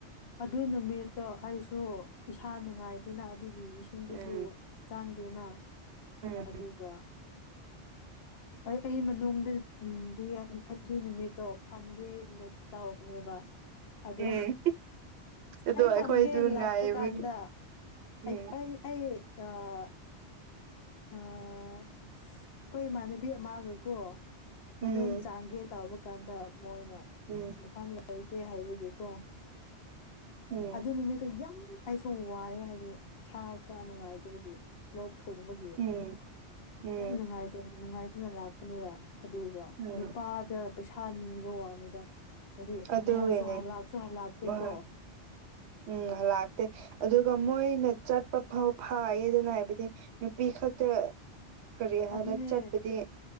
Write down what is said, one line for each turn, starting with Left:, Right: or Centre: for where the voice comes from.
Left: ꯑꯗꯨ ꯅꯨꯃꯤꯠꯇꯣ ꯑꯩꯁꯨ ꯗꯣ ꯏꯁꯥ ꯅꯨꯡꯉꯥꯏꯇꯦꯅ ꯑꯗꯨꯒꯤ ꯏꯁꯤꯡꯗꯨꯁꯨ
Right: ꯎꯝ
Left: ꯆꯥꯡꯗꯦꯅ
Right: ꯎꯝ
Left: ꯑꯗꯨꯒ ꯑꯩ ꯃꯅꯨꯡꯗꯗꯝ ꯍꯥꯏꯕꯗꯤ ꯅꯨꯃꯤꯠꯇꯣ ꯐꯝꯒꯦꯅꯗꯤ ꯇꯧꯕꯅꯦꯕ ꯑꯗꯨ
Right: ꯎꯝ ꯑꯗꯣ
Left: ꯑꯩ
Right: ꯑꯩꯈꯣꯏꯗꯨ
Left: ꯐꯝꯒꯦ ꯂꯥꯛꯄ
Right: ꯉꯥꯏꯕꯒꯤ
Left: ꯀꯥꯟꯗ
Right: ꯎꯝ
Left: ꯑꯩ ꯑꯩ ꯑꯩ ꯑꯥ ꯑꯥ ꯑꯈꯣꯏ ꯏꯃꯥꯟꯅꯕꯤ ꯑꯃꯒꯀꯣ ꯃꯅꯨꯡ
Right: ꯎꯝ
Left: ꯆꯥꯡꯒꯦ ꯇꯧꯕ ꯀꯥꯟꯗ ꯃꯣꯏꯅ
Right: ꯎꯝ
Left: ꯃꯐꯝ ꯂꯩꯇꯦ ꯍꯥꯏꯕꯒꯤꯀꯣ
Right: ꯎꯝ
Left: ꯑꯗꯨ ꯅꯨꯃꯤꯠꯇꯨ ꯌꯥꯝ ꯑꯩꯁꯨ ꯋꯥꯏ ꯍꯥꯏꯗꯤ ꯏꯁꯥ ꯈꯔ ꯅꯨꯡꯉꯥꯏꯇꯕꯒꯤ ꯂꯣꯛ ꯊꯨꯡꯕꯒꯤ
Right: ꯎꯝ ꯎꯝ
Left: ꯌꯥꯝ ꯅꯨꯡꯉꯥꯏꯇ ꯅꯨꯡꯉꯥꯏꯇꯅ ꯂꯥꯛꯄꯅꯦꯕ ꯑꯗꯨꯒ
Right: ꯎꯝ
Left: ꯅꯨꯄꯥꯒ ꯄꯩꯁꯥ ꯅꯤꯕ ꯋꯥꯅꯤꯗ ꯍꯥꯏꯗꯤ
Right: ꯑꯗꯨꯒꯤꯅꯦ
Left: ꯃꯣꯏꯁꯨ ꯍꯂꯥꯛꯁꯨ ꯍꯜꯂꯥꯛꯇꯦꯀꯣ
Right: ꯃꯣꯏ ꯎꯝ ꯍꯂꯥꯛꯇꯦ ꯑꯗꯨꯒ ꯃꯣꯏꯅ ꯆꯠꯄ ꯐꯥꯎ ꯐꯥꯏꯌꯦꯗꯅ ꯍꯥꯏꯕꯗꯤ ꯅꯨꯄꯤ ꯈꯛꯇ ꯀꯔꯤ ꯍꯥꯟꯅ
Left: ꯑꯗꯨꯅꯦ
Right: ꯆꯠꯄꯗꯤ